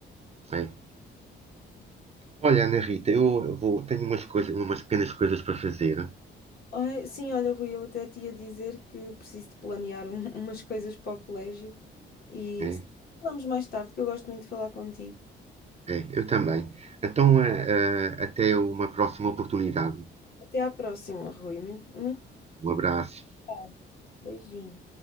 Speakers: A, on the right (about 30°); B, on the left (about 50°).
A: É. Olha, Ana Rita, eu vou, tenho umas coisas, umas pequenas coisas para fazer.
B: Ai, sim, olha, Rui, eu até te ia dizer que preciso de planear um- <laughs> umas coisas para o colégio e
A: É,
B: falamos mais tarde, que eu gosto muito de falar contigo.
A: é, eu também. Então, eh, eh, até uma próxima oportunidade.
B: Até à próxima, Rui. Muito, muito.
A: Um abraço.
B: obrigada. Beijinho.